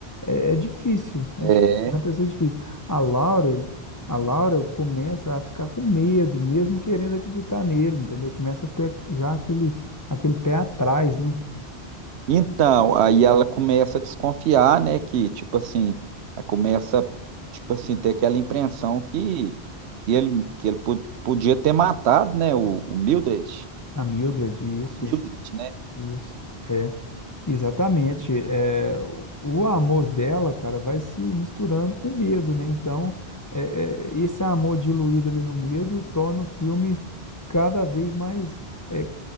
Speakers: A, on the left; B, on the right.
A: É, é difícil, é
B: É.
A: difícil, é uma pessoa é difícil. A Laura, a Laura começa a ficar com medo, mesmo querendo acreditar nele, entendeu? Começa a ter já aquele, aquele pé atrás, né?
B: Então, aí ela começa a desconfiar, né, que, tipo assim, ela começa, tipo assim, ter aquela impressão que, que ele, que ele po- podia ter matado, né, o, o Mildred.
A: A Mildred, isso,
B: Mildred, né?
A: isso. Exatamente. É, o amor dela, cara, vai se misturando com o medo, né? Então, é, é, esse amor diluído ali no medo torna o filme cada vez mais é,